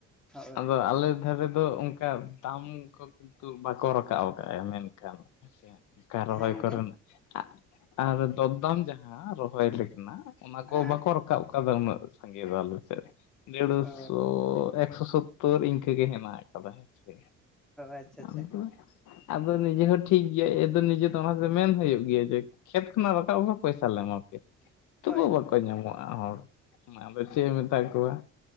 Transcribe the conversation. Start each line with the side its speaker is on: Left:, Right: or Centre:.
Centre: ᱦᱳᱭ
Left: ᱟᱫᱚ ᱟᱞᱮ ᱫᱷᱟᱨᱮ ᱫᱚ ᱚᱱ ᱠᱟ ᱫᱟᱢ ᱠᱚ ᱠᱤᱱᱛᱩ ᱵᱟᱠᱚ ᱨᱟᱠᱟᱵ ᱟᱠᱟᱫᱼᱟ ᱢᱮᱱᱠᱷᱟᱱ ᱦᱮᱸᱥᱮ᱾ ᱚᱱᱠᱟ ᱨᱚᱦᱚᱭ
Centre: ᱦᱮᱸ ᱜᱚᱝᱠᱮ
Left: ᱠᱚᱨᱮᱱᱟᱜ ᱟᱨ ᱫᱚᱫᱟᱢ ᱡᱟᱦᱟᱸ ᱨᱚᱦᱚᱭ ᱞᱮᱠᱟᱱᱟᱜ ᱚᱱᱟ ᱠᱚ
Centre: ᱦᱮᱸ
Left: ᱵᱟᱠᱚ ᱨᱟᱠᱟᱵ ᱟᱠᱟᱫᱟ ᱩᱱᱟᱹᱜ ᱥᱟᱸᱜᱮ ᱫᱚ ᱟᱞᱮ ᱥᱮᱫ ᱰᱮᱲ
Centre: ᱚ
Left: ᱥᱚ ᱮᱠᱥᱚ ᱥᱳᱛ ᱛᱳᱨ ᱤᱱᱠᱟᱹᱜᱮ ᱦᱮᱱᱟᱜ ᱟᱠᱟᱫᱟ ᱦᱮᱸ ᱥᱮ,
Centre: ᱟᱪᱪᱷᱟ ᱟᱪᱪᱷᱟ
Left: ᱟᱢ ᱫᱚ ᱟᱫᱚ ᱱᱤᱡᱮ ᱦᱚᱸ ᱴᱷᱤᱠ ᱜᱮᱭᱟ ᱮ ᱱᱤᱡᱮ ᱫᱚ ᱚᱱᱟᱛᱮ ᱢᱮᱱ ᱦᱩᱭᱩᱜ ᱜᱮᱭᱟ ᱡᱮ ᱠᱷᱮᱛ ᱠᱷᱚᱱᱟᱜ ᱨᱟᱠᱟᱵ ᱦᱚᱸ ᱯᱚᱭᱥᱟ ᱞᱮ ᱮᱢᱟ ᱯᱮᱭᱟ᱾ ᱛᱚᱵᱩ
Centre: ᱦᱳᱭ
Left: ᱵᱟᱠᱚ ᱧᱟᱢᱚᱜᱼᱟ ᱦᱚᱲ, ᱢᱟ ᱟᱫᱚ ᱪᱮᱫ ᱮᱢ ᱢᱮᱛᱟ ᱠᱚᱣᱟ᱾